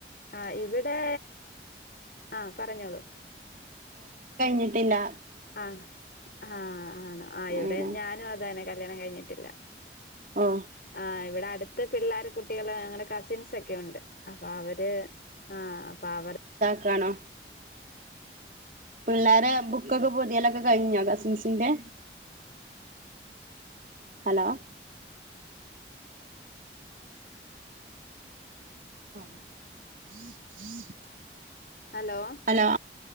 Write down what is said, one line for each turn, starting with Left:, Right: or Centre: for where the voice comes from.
Left: ആ ഇവിടെ ആഹ് പറഞ്ഞോളു.
Right: കേട്ടില്ല.
Left: ആഹ് ആഹ് ആണോ ഇയിടെ
Right: അങ്ങനെ
Left: ഞാനും അതന്നെ ക കല്യാണം കഴിഞ്ഞിട്ടില്ല.
Right: ഓ
Left: ആഹ് ഇവിടെ അട് പത്ത് പിള്ളേർ കുട്ടികള് അങ്ങനെ കസിൻസ് ഒക്കെ ഉണ്ട്. അപ്പൊ അവര് ആഹ് അപ്പ അവർ
Right: ക്കാണോ. പിള്ളേരെ ബുക്കൊക്കെ പൊതിയാലൊക്കെ കഴിഞ്ഞോ കസിൻസിന്റെ ഹലോ. <unintelligible>
Left: ഹലോ
Right: ഹലോ